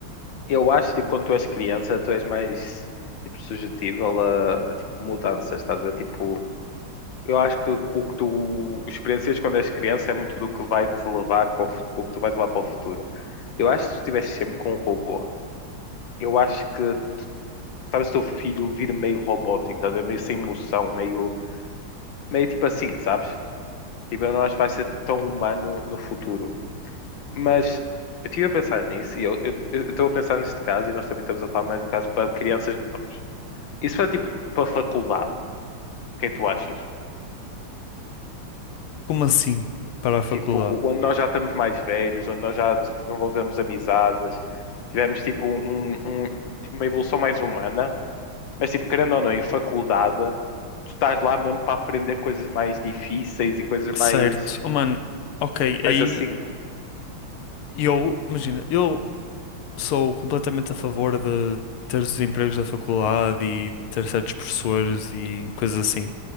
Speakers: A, on the left (about 65°); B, on the left (about 85°).
A: eu acho, tipo, quando tu és criança, tu és mais, tipo, sujetível a, a, tipo, mudanças, estás a ver? Tipo, Eu acho que o que tu experiencias quando és criança é muito do que vai te levar para o, fu- o que tu vais levar para o futuro. Eu acho que se tu estivesse sempre com um robô, eu acho que talvez o teu filho vir meio robótico, estás a ver? Meio sem emoção, meio, meio tipo assim, sabes? Tipo, eu não acho que vai ser tão humano no futuro. Mas eu estive a pensar nisso e eu eu- eu estou a pensar neste caso, e nós também estamos a falar mais no caso para crianças menores. Isso é tipo para faculdade, o que é que tu achas?
B: Como assim? Para a faculdade.
A: Tipo, onde nós já estamos mais velhos, onde nós já desenvolvemos amizades, tivemos tipo, um, um- um, tipo, uma evolução mais humana, mas tipo, querendo ou não, em faculdade, tu estás lá mesmo para aprender coisas mais difíceis e coisas mais,
B: Certo. Oh, mano, ok,
A: mais
B: aí
A: assim.
B: eu, imagina, eu sou completamente a favor de ter os empregos da faculdade e ter certos professores e coisas assim.